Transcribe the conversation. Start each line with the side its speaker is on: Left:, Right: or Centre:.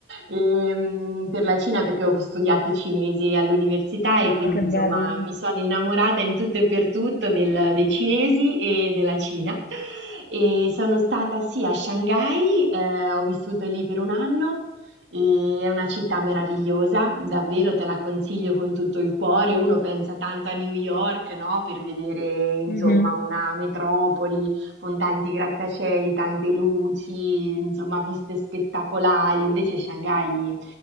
Right: Ehm, per la Cina perché ho studiato cinese all'università e
Left: Ah,
Right: quindi
Left: che
Right: insomma
Left: bello.
Right: mi sono innamorata in tutto e per tutto del- dei cinesi e della Cina. E sono stata sì a Shanghai, eh, ho vissuto lì per un anno. E è una città meravigliosa, davvero te la consiglio con tutto il cuore. Uno pensa tanto a New York, no? Per vedere, insomma,
Left: Mhm.
Right: una metropoli con tanti grattacieli, tante luci, insomma, viste spettacolari. Invece Shanghai,